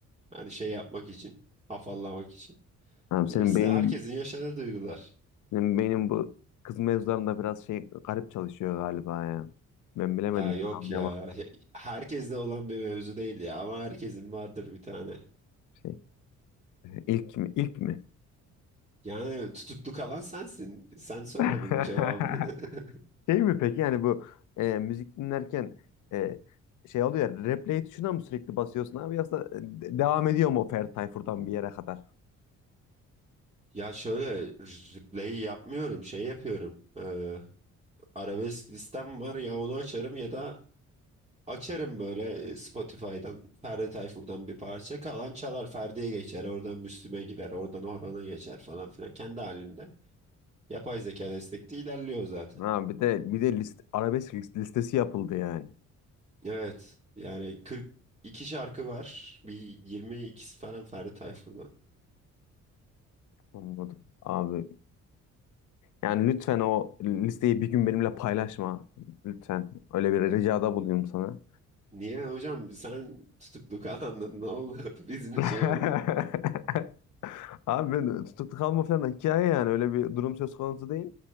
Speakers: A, on the right; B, on the left.
A: Hani şey yapmak için, afallamak için.
B: Abi senin
A: Bilirsin
B: beynin
A: herkesin yaşadığı duygular.
B: Benim beynim bu kız mevzularında biraz şey garip çalışıyor galiba ya. Ben bilemedim
A: Ya yok
B: seni anlayamadım
A: ya. Herkeste olan bir mevzu değil ya ama herkesin vardır bir tane.
B: şey. <laughs> İlk mi? İlk mi?
A: Yani tutuklu kalan sensin. Sen söyle
B: <laughs>
A: bunun cevabını. <laughs>
B: Şey mi peki yani bu e, müzik dinlerken e, şey oluyor ya, replay tuşuna mı sürekli basıyorsun abi yoksa e, de- devam ediyor mu o Ferdi Tayfur'dan bir yere kadar?
A: Ya şöyle replay yapmıyorum, şey yapıyorum. Ee, arabesk listem var ya onu açarım ya da Açarım böyle e, Spotify'dan Ferdi Tayfur'dan bir parça. Kalan çalar Ferdi'ye geçer. Oradan Müslüm'e gider. Oradan Orhan'a geçer falan filan. Kendi halinde. Yapay zeka destekli ilerliyor zaten.
B: Ha, bir de bir de list, arabesk list- listesi yapıldı yani.
A: Evet. Yani 42 şarkı var. Bir yirmi ikisi falan Ferdi Tayfur'dan.
B: Anladım. Abi yani lütfen o listeyi bir gün benimle paylaşma. Lütfen. Öyle bir ricada buluyorum sana.
A: Niye hocam sen tutuklu kalandın ne oldu? <laughs> Biz mi
B: <laughs>
A: şey olduk?
B: Abi ben tutuklu kalma falan da hikaye yani öyle bir durum söz konusu değil.